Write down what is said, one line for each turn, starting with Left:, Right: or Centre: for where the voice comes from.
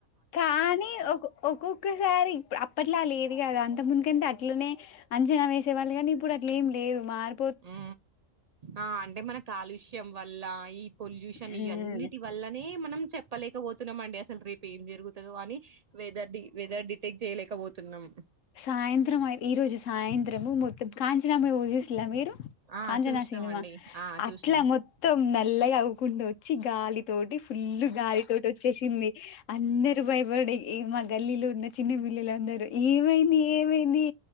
Left: కానీ ఒ ఒక్కొక్కసారి ఇప్పు అప్పట్లా లేదు కదా అం త ముందుకే అట్లనే అంచనా వేసే వాళ్ళు కానీ ఇప్పుడు అట్లేం లేదు మారు
Right: ఊ ఆ అంటే మన కాలుష్యం వల్ల ఈ పొల్యూషన్
Left: హ్మ్.
Right: ఇ అన్నిటి వల్లనే మనం చెప్ ప్పలేకపోతున్నాం అండి అసలు రేపు ఏం జరుగుతుందో అని వెదర్ డి వెదర్ డిటెక్ట్ చేయలేకఒతున్నాం.
Left: సాయంత్రం అయి ఈ రోజు సాయం త్రం మొత్తం కాంచనా మూవీ జూసీన్ల మీరు
Right: ఆ
Left: కాంచనా
Right: చూసినాం
Left: సినిమా
Right: అండి ఆ చూసినాం
Left: అట్లా మొత్తం నల్లగా అవ్వుకుంట వచ్చి గాలితోటి ఫుల్ గాలి తోటి వచ్చేసింది అందరు భయపడే ఇగ మా గల్లీలో ఉన్న చిన్నపిల్లలందరూ ఈ మైంది ఏమైంది